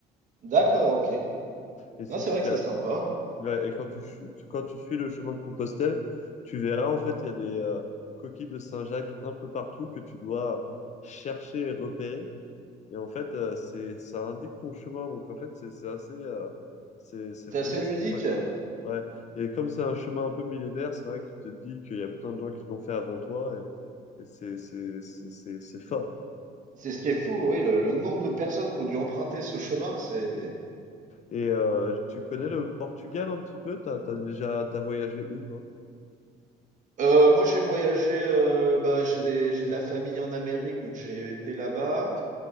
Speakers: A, on the right; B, on the left.
A: D'accord, ok.
B: Et si
A: Non, c'est
B: tu
A: vrai
B: fais,
A: que c'est sympa.
B: ouais, et quand tu, suis- tu- quand tu suis le chemin de Compostelle, tu verras en fait, il y a des euh, coquilles de Saint-Jacques un peu partout que tu dois chercher et repérer. Et en fait, euh, c'est, ça indique ton chemin. Donc en fait, c'est c'est assez, euh, c'est c'est
A: C'est
B: vraiment
A: assez ludique.
B: sympa quoi. Ouais. Et comme c'est un chemin un peu millénaire, c'est vrai que tu te dis qu'il y a plein de gens qui l'ont fait avant toi et, et c'est c'est c'est c'est- c'est fort.
A: C'est ce qui est fou, oui, le, le nombre de personnes qui ont dû emprunter ce chemin, c'est...
B: Et euh, tu connais le Portugal un petit peu? T'as, t'as déjà t'as voyagé où, toi?
A: Euh, moi, j'ai voyagé, euh, bah, j'ai des, j'ai de la famille en Amérique, donc j'ai été là-bas.